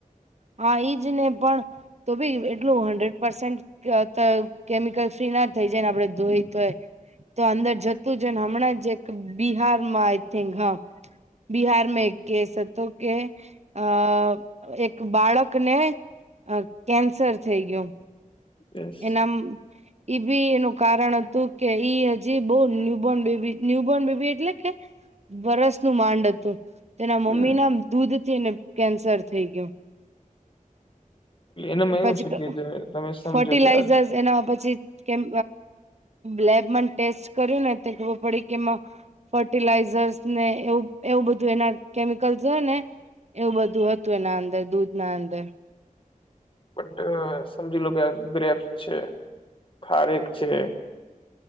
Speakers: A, on the right; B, on the left.
A: હા ઈજ ને પણ તો ભી એટલું હંડ્રેડ પસેન્ટ <unintelligible> તો કેમિકલ ફ્રી ના થઈ જાય ને આપડે ધોઈ તોય તો અંદર જતું જ ને હમણાં જે બિહારમાં આઈ થિક હા બિહાર મે એક કેસ હતો કે અ એક બાળકને કેન્સર થઈ ગયું
B: યસ
A: એનામ એ બી એનું કારણ હતું કે ઈ હજી બવ ન્યુબોર્ન બેબી ન્યુબોર્ન બેબી એટલે કે વરસનું માંડ હતું તેના મમ્મી
B: હમ
A: ના દૂધ થીને કેન્સર થઈ ગયું
B: એનામાં
A: પછી
B: એવું છે કે જે તમે સમજો
A: ફર્ટિલાઈઝર્સ
B: કે આ
A: એના પછી કેમ લેબમાં ટેસ્ટ કર્યું ને ખબર પડી કેમાં ફર્ટિલાઈઝર્સ ને એવું એવું બધું એના કેમિકલ્સ હોય ને એવું બધું હતું એના અંદર દૂધ ના અંદર
B: બટ સમજી લો કે ગ્રેપસ છે ખારેક છે